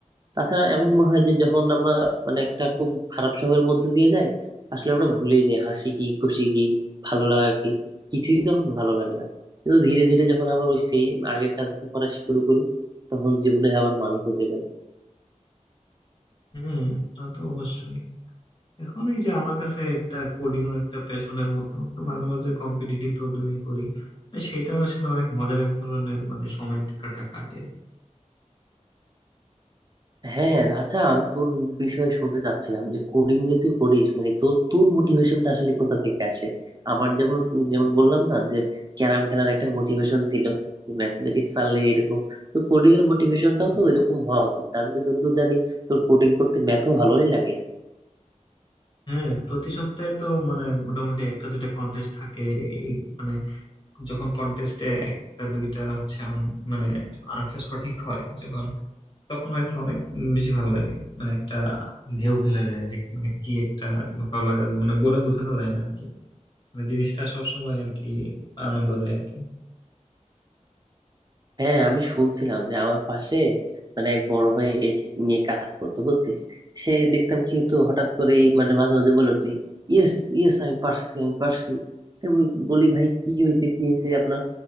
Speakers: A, on the right; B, on the left.
A: তাছাড়া এমন মনে হয় যে যখন আমরা মানে একটা খুব খারাপ সময়ের মধ্যে দিয়ে যাই আসলে আমরা ভুলেই যাই হাসি কি খুশি কি ভালো লাগা কি কিছুই তখন ভালো লাগে না কিন্তু ধীরে ধীরে যখন আবার ওই সেম আগের কাজ করা শুরু করি তখন জীবনের আবার মানে খুঁজে পাই
B: হুম তা তো অবশ্যই এখন এই যে আমার কাছে একটা কোডিং ও একটা প্যাশনের মতো তো মাঝে মাঝে কম্পিটিটিভ প্রোগ্রামিং করি আর সেটাও আসলে অনেক মজার এক ধরনের মানে সময় কাটা কাটে আর কি।
A: হ্যাঁ আচ্ছা আমি তোর বিষয়ে শুনতে চাচ্ছিলাম যে কোডিং যে তুই করিস মানে তোর তোর মোটিভেশনটা আসলে কোথা থেকে আসে আমার যেমন যেমন বললাম না যে ক্যারাম খেলার একটা মোটিভেশন ছিল ম্যাথমেটিক্স পারলে এরকম তো কোডিং এর মোটিভেশনটাও তো এরকম হওয়া উচিত আমি তো যতদূর জানি তোর কোডিং করতে ম্যাথও ভালোই লাগে
B: হ্যাঁ প্রতি সপ্তাহে তো মানে মোটামুটি একটা দুইটা কন্টেস্ট থাকে এই মানে যখন কন্টেস্টে একটা দুইটা হচ্ছে আম- মানে আনসার সঠিক হয় যখন তখন আর কি অনেক উম বেশি ভালো লাগে মানে একটা ঢেউ খেলে যায় যে মানে কি একটা ভালো লাগা যায় মানে বলে বোঝানো যায় না আর কি মানে জিনিসটা সবসময় আর কি আনন্দ দেয় আর কি
A: হ্যাঁ আমি শুনছিলাম যে আমার পাশে মানে এক বড় ভাই এই নিয়ে কাজ করতে বুঝছিস সে দেখতাম কি হতো হঠাৎ করে মানে মাঝে মাঝে বলে তুই ইয়েস ইয়েস আমি পারছি আমি পারছি আমি বলি বলি, ভাই কি হয়েছে কি হয়েছে আপনার